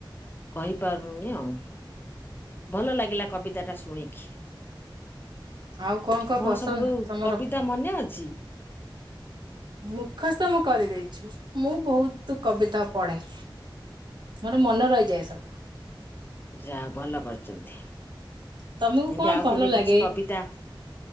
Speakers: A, on the left; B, on the right.
A: କହିପାରୁନି ଆଉ ଭଲ ଲାଗିଲା କବିତା ଟା ଶୁଣିକି।
B: ଆଉ କଣ
A: ଆପଣଙ୍କ
B: କଣ ପସନ୍ଦ
A: ସବୁ
B: ତମର?
A: କବିତା ମନେ ଅଛି।
B: ମୁଖସ୍ଥ ମୁଁ କରିଦେଇଛି ମୁଁ ବହୁତ କବିତା ପଢେ। ମୋର ମନେ ରହିଯାଏ ସବୁ।
A: ଯାହା ଭଲ କରିଛନ୍ତି ଏମତି
B: ତମକୁ କଣ
A: ଆଉ
B: ଭଲ
A: କେବେ
B: ଲାଗେ
A: କିଛି କବିତା